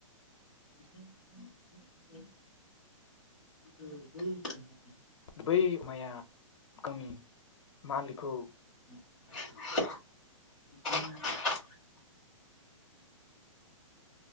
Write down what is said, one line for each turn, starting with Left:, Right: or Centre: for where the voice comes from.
Centre: <inaudible> <inaudible>
Left: बै अमाया गावनि मालिकखौ
Centre: <inaudible>